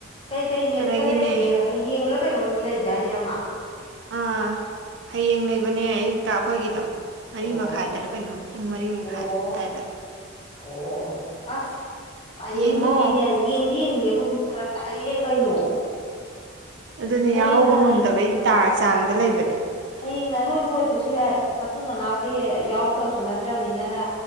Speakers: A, on the left; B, on the right.
A: ꯀꯩꯀꯩ ꯃꯦꯠꯁꯀ
B: ꯑꯗꯒꯤꯅꯦ
A: ꯂꯩꯒꯦ ꯍꯌꯦꯡꯂ ꯀꯩꯅꯣ ꯂꯩꯗꯥꯏꯅꯦ ꯑꯃ
B: ꯑꯥ ꯍꯌꯦꯡ ꯂꯩꯕꯅꯦ ꯑꯌꯨꯛꯇ ꯑꯩꯈꯣꯏꯒꯤꯗꯣ ꯃꯔꯤ
A: ꯑꯣ
B: ꯃꯈꯥꯏꯗꯔ ꯀꯩꯅꯣ ꯄꯨꯡ ꯃꯔꯤ ꯃꯈꯥꯏ
A: ꯑꯣ
B: ꯑꯗꯨꯋꯥꯏꯗ
A: ꯑꯣ ꯑꯣ ꯑꯁ ꯇꯥꯏꯃꯤꯡꯗꯨꯗꯤꯅꯦ
B: ꯌꯦꯡꯉꯣ
A: ꯌꯦꯡꯗꯤ ꯌꯦꯡꯅꯤꯡꯉ ꯒꯨꯟ ꯐꯔꯛ ꯇꯥꯛꯌꯦ ꯀꯩꯅꯣ
B: ꯑꯗꯨꯅꯦ
A: ꯍꯌꯦꯡꯅ
B: ꯌꯥꯍꯧꯕ ꯉꯝꯗꯕꯩ ꯆꯥꯡꯗ ꯂꯩꯕꯅꯦ
A: ꯍꯌꯦꯡꯅ ꯑꯔꯣꯏꯕ ꯑꯣꯏꯕꯁꯨ ꯌꯥꯏ ꯃꯇꯨꯡ ꯃꯅꯥꯎꯗꯤ ꯌꯥꯎꯔꯛꯇꯕꯁꯨ ꯅꯠꯇ꯭ꯔꯕꯅꯤꯅꯅ